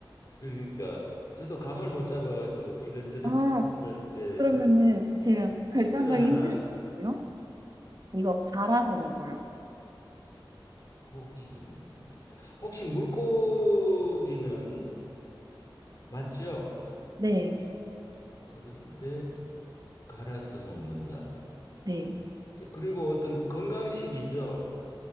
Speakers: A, on the left (about 45°); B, on the right (about 50°).
A: 그러니까 저도 감을 못 잡아가지고 이런저런
B: 아,
A: 질문을 네,
B: 그러면은
A: 던데
B: 제가 결정적인
A: 힌트를 하나
B: 힌트를 드릴게요. 이거 갈아서 먹어요.
A: 고기인데 혹시 물고기는 맞죠?
B: 네,
A: 그런데 갈아서 먹는다.
B: 네,
A: 예, 그리고 어떤 건강식이죠.